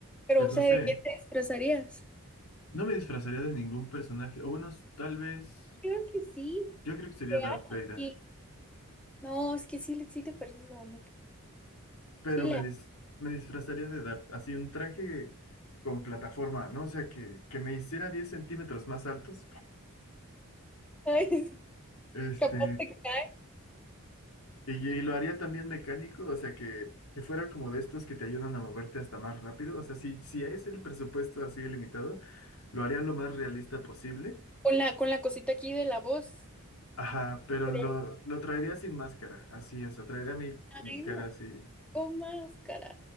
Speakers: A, in the centre; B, on the left (about 70°).
A: Pero,
B: pues
A: o
B: no
A: sea,
B: sé,
A: ¿de qué te disfrazarías?
B: no me disfrazaría de ningún personaje, o bueno, tal vez,
A: Claro que sí,
B: yo creo que sería
A: de
B: Darth
A: Anakin.
B: Vader,
A: No, es que sí, le- sí te pareces a Anakin.
B: pero
A: Sí le
B: me,
A: haces.
B: dis- me disfrazaría de Darth, así un traje con plataforma, ¿no? O sea, que, que me hiciera 10 centímetros más altos
A: <laughs>
B: Este,
A: Capaz te cae.
B: y, y lo haría también mecánico, o sea, que, que fuera como de estos que te ayudan a moverte hasta más rápido. O sea, si, si es el presupuesto así limitado, lo haría lo más realista posible.
A: Con la, con la cosita aquí de la voz.
B: Ajá, pero
A: Pero,
B: lo, lo traería sin máscara, así, o sea, traería mi,
A: ay,
B: mi cara
A: no,
B: así.
A: con máscara.